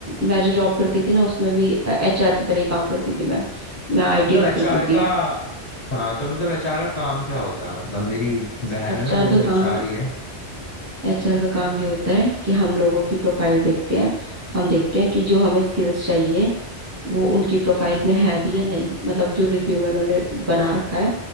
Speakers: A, on the right (about 20°); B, on the left (about 40°).
A: मैं जो जॉब करती थी ना उसमें भी एचआर की तरह ही काम करती थी मैं मैं आईटी
B: मतलब
A: रिक्रूटर
B: एचआर
A: थी
B: का हाँ तो मतलब एचआर का काम क्या होता है मतलब मेरी बहन
A: एचआर
B: है ना वो भी
A: का
B: एचआर
A: काम
B: ही है
A: एचआर का काम ये होता है कि हम लोगों की प्रोफाइल देखते हैं हम देखते हैं कि जो हमें स्किल्स चाहिए वो उनकी प्रोफाइल में है भी या नहीं मतलब जो रिज्यूमे उन्होंने बना रखा है